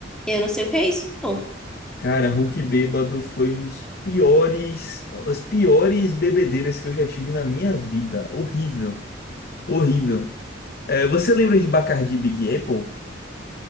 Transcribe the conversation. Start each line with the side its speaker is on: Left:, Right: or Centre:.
Centre: eu não sei o que é isso, não.
Left: Cara, Hulk bêbado foi um dos piores, as piores bebedeiras que eu já tive na minha vida. Horrível, horrível. É, você lembra de Bacardi e Big Apple?